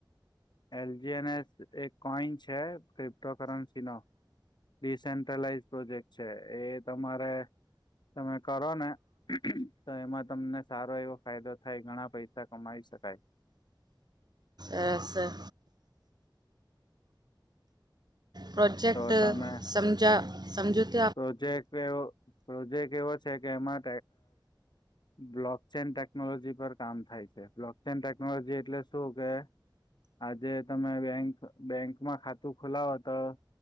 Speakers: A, on the left; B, on the right.
A: એલ જી એન એસ એક કોઈન છે ક્રિપ્ટો કરન્સીનો ડિસેન્ટ્રલાઈઝ પ્રોજેક્ટ છે એ તમારે તમે કરો ને તો એમાં તમને સારો એવો ફાયદો થાય ઘણા પૈસા કમાવી શકાય
B: અરછા પ્રોજેક્ટ
A: તો તમે
B: સમજા સમજૂતા
A: પ્રોજેક્ટ એવો પ્રોજેક્ટ એવો છે કે એમાં બ્લોક ચેન ટેકનોલોજી પર કામ થાય છે બ્લોક ચેન ટેકનોલોજી એટલે શું કે આજે તમે બેંક બેંકમાં ખાતું ખોલાવો તો